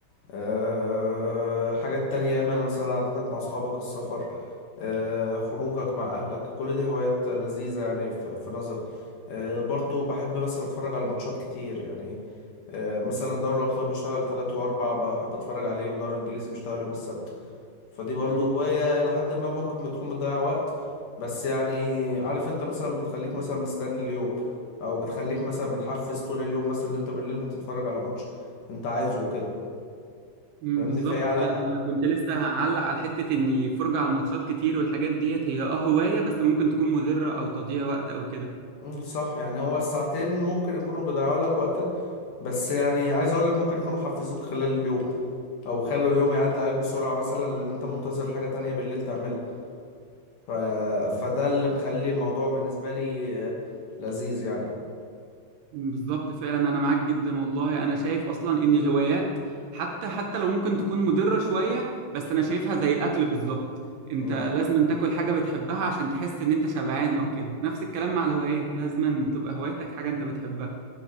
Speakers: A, on the left; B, on the right.
A: أه... حاجات تانية ياما مثلا قعدتك مع اصحابك السفر آه، خروجك مع اهلك كل دي هوايات لذيذة يعني ف- في نظري آه، برضو بحب مثلا اتفرج على ماتشات كتير يعني آه، مثلا دوري الابطال بيشتغل تلات واربع بحب اتفرج عليه ودوري الانجليزي بيشتغل يوم السبت فدي برضو
B: مم.
A: هواية الى حد ما ممكن بتكون بتضيع وقت بس يعني عارف انت مثلا بتخليك مثلا مستني اليوم او بتخليك مثلا متحفز طول اليوم مثلا ان انت بالليل هتتفرج على ماتش انت عايزه وكده
B: مم.
A: فاهمني
B: بالظبط
A: فهي على
B: فعلا انا كنت لسه هعلق على حتة اني فرجة على الماتشات كتير والحاجات ديت هي اه هواية بس ممكن تكون مضرة او تضييع وقت او كده
A: مم، صح يعني هو الساعتين ممكن يكونوا بيضيعوا لك وقتك بس يعني عايز اقول لك ممكن يكونوا حفزوك خلال اليوم او خلوا اليوم يعدي عليك بسرعة مثلا لان انت منتظر حاجة تانية بالليل تعملها ف... فده اللي مخلي الموضوع بالنسبة لي آه، لذيذ يعني
B: بالظبط فعلا انا معاك جدا والله انا شايف اصلا ان الهوايات حتى حتى لو ممكن تكون مضرة شوية بس انا شايفها زي الاكل بالظبط انت
A: مم.
B: لازم تاكل حاجة بتحبها عشان تحس ان انت شبعان او كده نفس الكلام مع الهوايات لازم تبقى هوايتك حاجة انت بتحبها